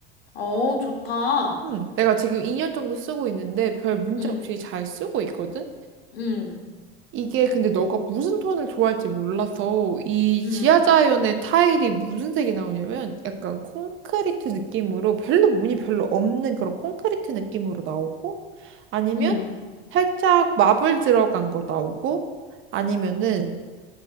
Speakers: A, on the left (about 85°); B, on the right (about 45°).
A: 어, 좋다.
B: 응, 내가 지금 2년 정도 쓰고 있는데 별 문제
A: 음,
B: 없이 잘 쓰고 있거든?
A: 음,
B: 이게 근데 너가 무슨 톤을 좋아할지 몰라서 이
A: 음,
B: 지하자연의 타일이 무슨 색이 나오냐면 약간 콘크리트 느낌으로 별로 무늬 별로 없는 그런 콘크리트 느낌으로 나오고 아니면
A: 음,
B: 살짝 마블 들어간 거 나오고 아니면은